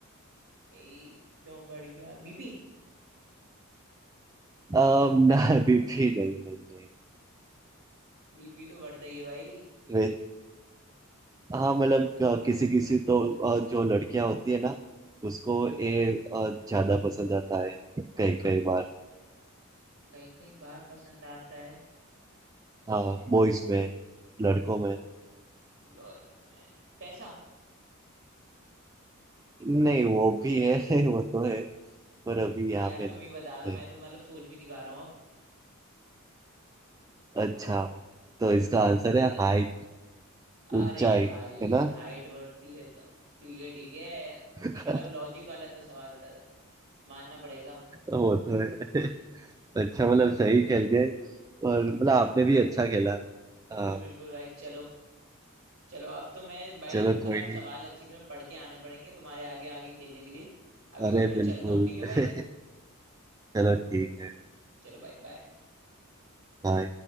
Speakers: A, on the right; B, on the right.
A: ए, क्यों बढ़ गया बीपी
B: अम, <laughs> ना अभी भी नहीं नहीं
A: बीपी तो बढ़ता ही है भाई
B: नहीं हाँ मतलब किसी किसी तो अ, जो लड़कियां होती है ना उसको ये अ, ज्यादा पसंद आता है कई कई बार
A: कई कई बार पसंद आता है
B: हाँ
A: ये
B: बॉयज में लड़कों में
A: ब्लाउज में पैसा
B: नहीं वो भी है <laughs> वो तो है पर अभी यहाँ
A: यार
B: पे
A: तुम
B: नहीं
A: ही बता दो
B: नहीं
A: मैं तो मतलब सोच भी नहीं पा रहा हूँ अब
B: अच्छा तो इसका आंसर है हाइट
A: अरे
B: ऊंचाई
A: भाई
B: है ना
A: हाइट बढ़ती है तो ठीक है ठीक है
B: <laughs>
A: मतलब लॉजिक वाला तो सवाल था मानना पड़ेगा
B: वो तो है अच्छा मतलब सही खेल गए और मतलब आपने भी अच्छा खेला
A: बिल्कुल
B: हाँ
A: बिल्कुल भाई चलो चलो अब तो मैं भाई
B: चलो कोई
A: मतलब
B: नहीं
A: सवाल अच्छी तरह पढ़ के आने पड़ेंगे तुम्हारे आगे आगे खेलने के लिए अभी
B: अरे
A: के लिए मैं
B: बिल्कुल
A: चलता हूँ ठीक है भाई
B: <laughs> चलो ठीक है
A: चलो भाई बाय
B: हाँ